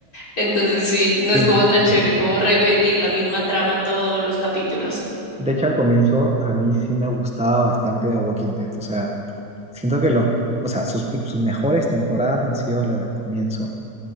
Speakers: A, on the left; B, in the centre.
A: Entonces sí, no es
B: Sí.
A: como tan chévere como repetir la misma trama todos los capítulos.
B: De hecho, al comienzo a mí sí me gustaba bastante The Walking Dead. O sea, siento que los, o sea, sus, sus mejores temporadas han sido las del comienzo.